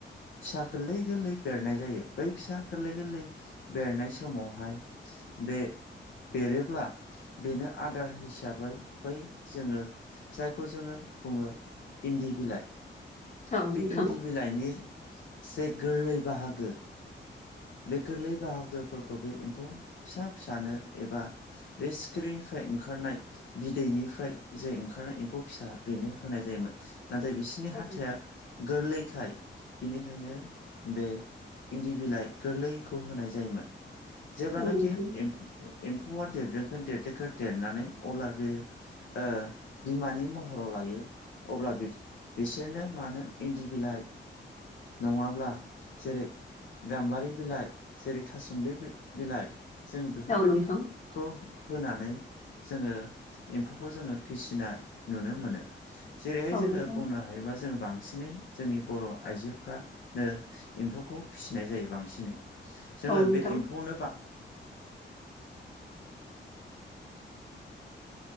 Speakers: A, on the left; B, on the left.
A: फिसा गोललै गोललै बेरनाय जायो बै फिसा गोललै गोललै बेरनाय समावहाय बे बेरोब्ला बेनो आदार हिसाबै बै जोङो जायखौ जोङो बुङो इन्दि बिलाइ
B: औ नोंथां औ
A: बै
B: नोंथां
A: इन्दि बिलाइनि से गोरलै बाहागो बे गोरलै बाहागोफोरखौ बे एम्फौ फिसा फिसानो एबा बे सिखिरिनिफ्राय ओंखारनाय बिदैनिफ्राय जे ओंखारनाय एम्फौ फिसा बेनो होनाय जायोमोन नाथाय बिस बिसोरनि
B: औ
A: हाथाया गोरलैखाय बिनिखायनो बे इन्दि बिलाइ गोरलैखौ होनाय जायोमोन जेब्लानाखि
B: नोंथां
A: एम्फौ एम्फौआ देरदोखो देरदोखो देरनानै अब्ला बे ओ बिमानि महराव लायो अब्ला बि बिसोरनो मानो इन्दि बिलाइ नङाब्ला जेरै गामबारि बिलाइ जेरै थासुमलि बि बिलाइ जों बेफोरबायदि
B: औ नोंथां
A: खौ होनानै जोङो एमफौखौ जोङो फिसिनाय नुनो मोनो जेरैहाय
B: औ
A: जोङो
B: नोंथां
A: बुंनो हायोबा जोङो बांसिनै जोंनि बर' आइजोफ्रा नो एमफौखौ फिसिनाय जायो बांसिनै जोङो
B: औ नोंथां
A: बे एमफौनो